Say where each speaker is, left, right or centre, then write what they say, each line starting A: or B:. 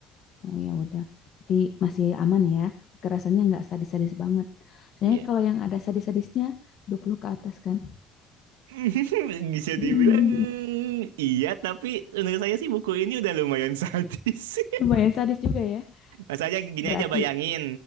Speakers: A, on the left; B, on the right.
A: Oh ya udah. Berarti masih aman ya. Kekerasannya nggak sadis-sadis banget. Soalnya
B: Iya.
A: kalau yang ada sadis-sadisnya 20 ke atas kan.
B: <laughs> Bisa
A: <laughs>
B: dibilang iya, tapi menurut saya sih buku ini udah lumayan sadis. <laughs>
A: Lumayan sadis juga ya.
B: Masalahnya gini
A: Berarti
B: aja bayangin,